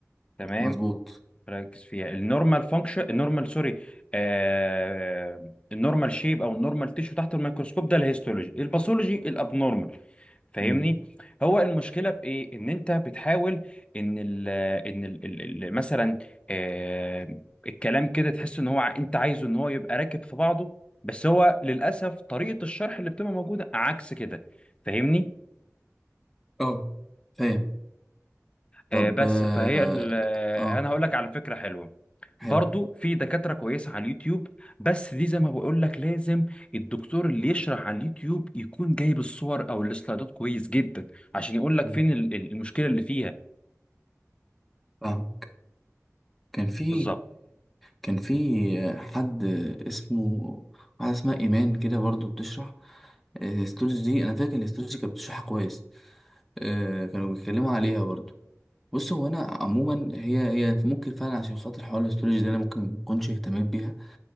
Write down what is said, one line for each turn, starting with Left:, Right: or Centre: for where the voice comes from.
Left: تمام
Centre: مظبوط
Left: ركز فيها النورمال فانكشن النورمال سوري آه النورمال شيب او النورمال تيشو تحت الميكروسكوب ده الهيستولوجي الباثولوجي الابنورمال فاهمني
Centre: امم
Left: هو المشكله في ايه ان انت بتحاول ان ال ان ال ال ال- مثلا آه الكلام كده تحس ان هو ع- انت عايزه ان هو يبقى راكب في بعضه بس هو للاسف طريقه الشرح اللي بتبقى موجوده عكس كده فاهمني
Centre: اه فاهم طب
Left: آه بس
Centre: اه
Left: فهي ال- آه،
Centre: آه،
Left: انا هقول لك على فكره حلوه برضو
Centre: حلو
Left: في دكاترة كويسة على اليوتيوب بس دي زي ما بقول لك لازم الدكتور اللي يشرح على اليوتيوب يكون جايب الصور او السلايدات كويس جدا عشان يقول لك
Centre: مم.
Left: فين ال- ال- المشكلة اللي فيها
Centre: فاهمك كان في
Left: بالظبط
Centre: كان في حد اسمه واحدة اسمها إيمان كده برضو بتشرح الهيستولوجي دي أنا فاكر إن الهيستولوجي كانت بتشرحها كويس آه، كانوا بيتكلموا عليها برضو بص هو أنا عموما هي هي ممكن فعلا عشان خاطر حوار الهيستولوجي ده أنا ممكن مكنش اهتميت بيها